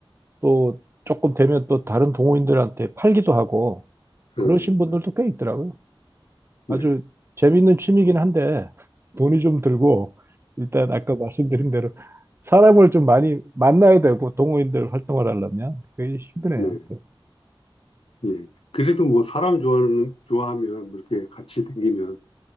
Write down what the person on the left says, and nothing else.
음, 음.
네.
네. 예. 그래도 뭐 사람 좋아하는, 좋아하면 뭐 이렇게 같이 다니면